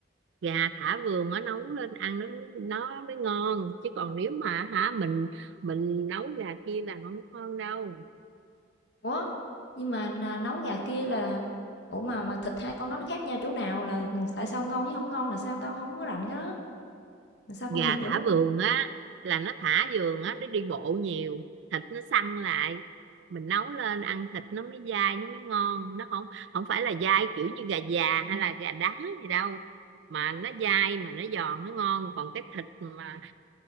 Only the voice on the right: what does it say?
gà thả vườn á nấu lên ăn nó mới- nó mới ngon chứ còn nếu mà hả mình mình nấu gà kia là không ngon đâu.
gà
thả
vườn á là nó thả vườn á nó đi bộ nhiều thịt nó săn lại mình nấu lên ăn thịt nó mới dai nó mới ngon nó không không phải là dai kiểu như gà già hay là gà đá gì đâu mà nó dai mà nó giòn nó ngon còn cái thịt mà